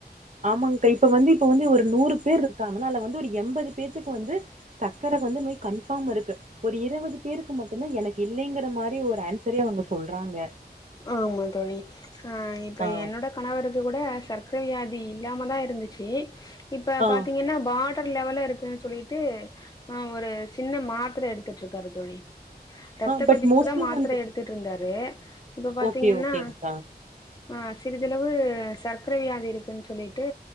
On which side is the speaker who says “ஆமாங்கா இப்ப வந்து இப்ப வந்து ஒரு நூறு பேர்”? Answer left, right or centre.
Right